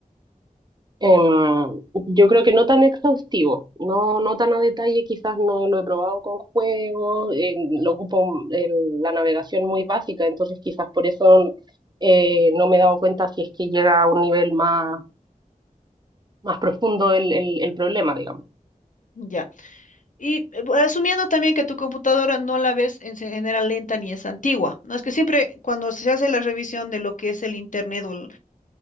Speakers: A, on the right; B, on the left.
A: Em, yo creo que no tan exhaustivo, no, no tan a detalle, quizás no lo he probado con juegos, em, lo ocupo en la navegación muy básica, entonces quizás por eso eh, no me he dado cuenta si es que llega a un nivel más, más profundo el, el- el problema, digamos.
B: Ya. Y eh, bu- asumiendo también que tu computadora no la ves en se- general lenta ni es antigua, ¿no? Es que siempre cuando se hace la revisión de lo que es el Internet o el,